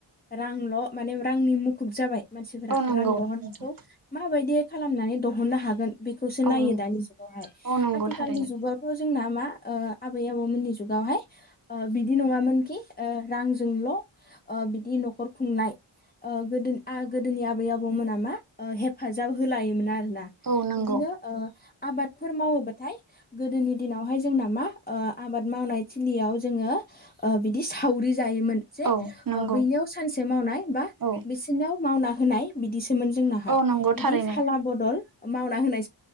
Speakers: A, on the left (about 20°); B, on the right (about 45°).
A: रांल' माने रांनि मुखुब जाबाय मानसिफोरा
B: औ नंगौ
A: रां दिहुननायखौ
B: नोंथां
A: माबायदि खालामनानै दिहुननो हागोन। बेखौसो
B: औ
A: नायो
B: नंगौ
A: दानि जुगावहाय
B: औ नंगौ
A: आथिखालनि
B: थारैनो
A: जुगावथ' जोंना मा ओ आबै-आबौमोननि जुगावहाय ओ बिदि नङामोन कि रांजोंल' ओ बिदि न'खर खुंनाय ओ गोदोनि आ गोदोनि आबै-आबौमोना मा हेफाजाब ओ होलायोमोन आरो ना
B: औ नंगौ
A: बिदिनो ओ आबादफोर मावोबा थाय गोदोनि दिनावहाय जोंना मा ओ आबाद मावनाय थिलियाव जोङो ओ बिदि सावरि जायोमोन जे
B: औ नंगौ
A: ओ बैनियाव सानसे मावनाय बा
B: औ
A: बिसिोरनाव मावना होनाय बिदिसो जोंनाहाय
B: औ नंगौ
A: बिदि
B: थारैनो
A: फाला बदल मावना होनाय